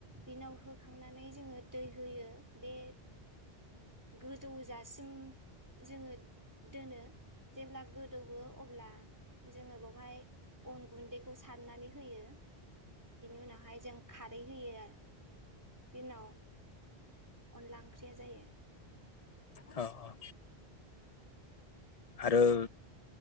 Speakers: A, on the right; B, on the left.
A: बिनाव होखांनानै जोङो दै होयो बे गोजौजासिम जोङो दोनो जेब्ला गोदौवो अब्ला जोङो बाव हाय अन गुन्दैखौ सारनानै होयो। बेनि उनावहाय जों खारै होयो आरो बेनि उनाव अनला ओंख्रिया जायो।
B: औ औ। ओं